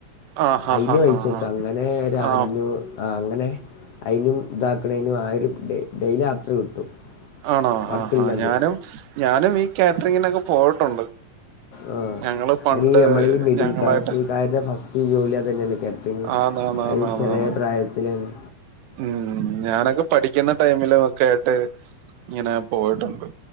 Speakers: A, on the right; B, on the left.
A: ആ ഹാ
B: അയിന്
A: ഹാ
B: പൈസ
A: ഹാ
B: കിട്ടും,
A: ഹാ
B: അങ്ങനെ ഒര
A: ആ
B: അഞ്ഞൂ അങ്ങനെ. അയിനും, ഇതാക്ക്ണേനും ആയിരു- പേ ഡെയിലി രാത്രി കിട്ടും.
A: ആണോ
B: വർക്കില്ലെന്ന്
A: ആഹ ഞാനും, ഞാനും ഈ കാറ്ററിങ്ങിനൊക്കെ പോയിട്ടുണ്ട്.
B: ആ
A: ഞങ്ങള് പണ്ട്
B: അയ്നി നമ്മള് ഈ മിഡിൽ-
A: ഞങ്ങളായിട്ട്
B: ക്ലാസ്സുകാരുടെ ഫസ്റ്റ് ജോലി അത് തന്നല്ലെ കാറ്ററി-
A: ആന്ന് ആന്ന്
B: ആഹാ
A: ആന്ന്
B: ഈ
A: ആന്ന്
B: ചെറിയ
A: ആന്ന്
B: പ്രായത്തിലെണ്-
A: ഉം ഞാനെക്കെ പഠിക്കുന്ന- ടൈമിലോക്കെ ആയിട്ട് ഇങ്ങനെ പോയിട്ടുണ്ട്.